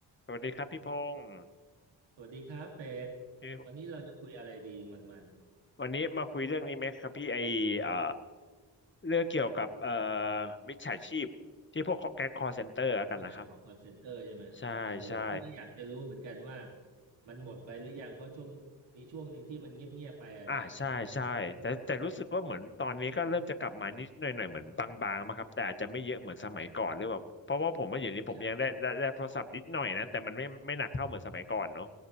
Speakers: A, on the left (about 25°); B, on the right (about 75°).
A: สวัสดีครับพี่พงศ์
B: สวัสดีครับเป็ด
A: พี่
B: วันนี้เราจะคุยอะไรดีมันมัน
A: วันนี้มาคุยเรื่องนี้ไหมครับพี่ไอเอ่อเรื่องเกี่ยวกับเอ่อมิจฉาชีพที่พวกแก๊งคอลเซ็นเตอร์กันนะครับ
B: ผู้ไหนบอกคอนเซ็นเตอร์ใช่ไหมเออพี่ก็อยากจะรู้เหมือนกันว่า
A: ใช่ใช่
B: มันหมดไปหรือยังเพราะช่วงมีช่วงหนึ่งที่มันเงียบเงียบไปอะนะ
A: อ่าใช่ใช่แต่แต่รู้สึกว่าเหมือนตอนนี้ก็เริ่มจะกลับมานิดหน่อยหน่อยเหมือนบางๆมาครับแต่อาจจะไม่เยอะเหมือนสมัยก่อนหรือแบบเพราะว่าผมว่าอย่างนี้ผมยังได้ได้ได้โทรศัพท์นิดหน่อยนะแต่มันไม่ไม่หนักเท่าเหมือนสมัยก่อนเนาะ
B: ใช่ใช่